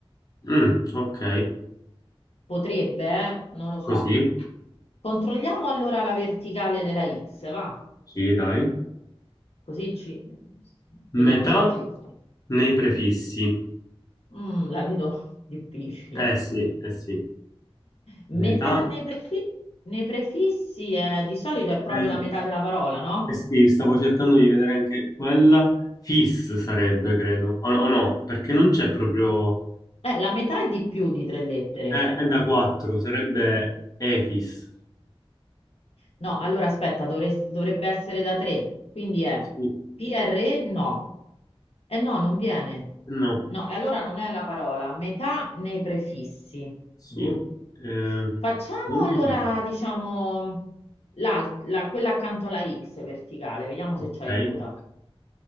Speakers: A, on the left; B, on the left.
A: Mm, ok,
B: Potrebbe, eh? Non lo so.
A: così.
B: Controlliamo allora la verticale della X, va?
A: Sì, dai.
B: Così ci...
A: Metà
B: vediamo se è giusto.
A: nei prefissi.
B: Mm, la vedo <laughs> difficile.
A: Eh sì, eh sì.
B: Metà
A: Metà...
B: nei prefi- nei prefissi eh, di solito è proprio
A: Eh,
B: la metà della parola, no?
A: eh sì, stavo cercando di vedere anche quella. Fis sarebbe, credo. O, o no, perché non c'è proprio...
B: Eh, la metà è di più di tre lettere.
A: è, è da 4, sarebbe Efis.
B: No, allora aspetta, dovre- dovrebbe essere da tre. Quindi è
A: Sì,
B: PRE no. Eh no, non viene.
A: no,
B: No, e allora non è la parola. Metà nei prefissi.
A: sì.
B: Boh.
A: Eh,
B: Facciamo
A: non
B: allora,
A: potrei.
B: diciamo, l'al- la- quella accanto alla X verticale, vediamo
A: Ok.
B: se ci aiuta.